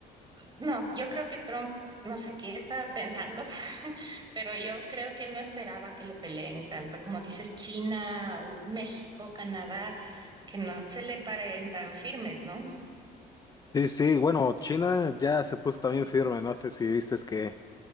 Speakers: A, on the right (about 25°); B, on the left (about 25°).
A: no, yo creo que Trump, no sé qué estaba pensando, <laughs> pero yo creo que él no esperaba que le peleen tanto, como dices, China, U- México, Canadá, que no se le paren tan firmes, ¿no?
B: Sí, sí, bueno, China ya se puso también firme, no sé si viste que,